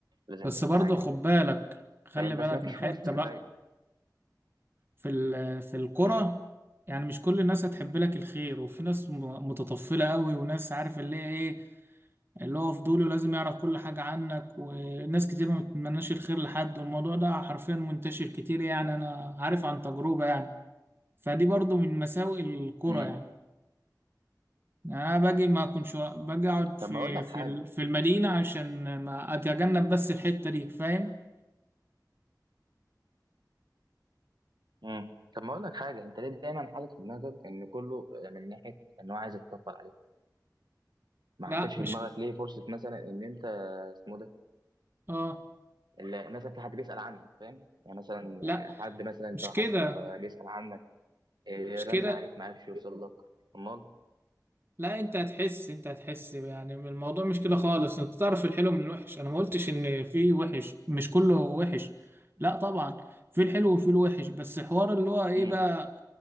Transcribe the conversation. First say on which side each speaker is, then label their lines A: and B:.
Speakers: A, on the right; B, on the right.
A: ولازم
B: بس
A: نستعجل
B: برضه خد بالك خلي
A: فاهم
B: بالك
A: بس ما فيش
B: من
A: فرص
B: حتة بقى
A: كفايه
B: في ال... في الكرة
A: مم.
B: يعني مش كل الناس هتحب لك الخير وفي ناس م- متطفلة قوي وناس عارف اللي هي ايه اللي هو فضوله لازم يعرف كل حاجة عنك وناس كتير ما بتتمناش الخير لحد والموضوع ده حرفيا منتشر كتير يعني انا عارف عن تجربة يعني فدي برضه من مساوئ الكرة
A: مم.
B: يعني يعني انا باجي ما اكونش وا- باجي اقعد
A: طب
B: في
A: ما اقول لك
B: في
A: حاجه
B: ال- في المدينه عشان ما اتجنب بس الحته دي فاهم
A: مم. طب ما اقول لك حاجه انت ليه دايما حاطط في دماغك ان كله آه، من ناحيه ان هو عايز يتكفل عليك ما
B: لا
A: حطيتش في
B: مش
A: دماغك ليه فرصه مثلا ان انت اسمه ده
B: اه
A: اللي مثلا في حد بيسأل عنك فاهم يعني مثلا آه،
B: لا
A: حد مثلا انت
B: مش
A: وحشته
B: كده
A: فبيسأل عنك آه،
B: مش
A: رن
B: كده
A: عليك ما عرفش يوصل لك امال
B: لا انت هتحس انت هتحس يعني من الموضوع مش كده خالص انت تعرف الحلو من الوحش انا ما قلتش ان في وحش مش كله وحش لا طبعا في الحلو وفي الوحش بس حوار اللي هو ايه
A: امم
B: بقى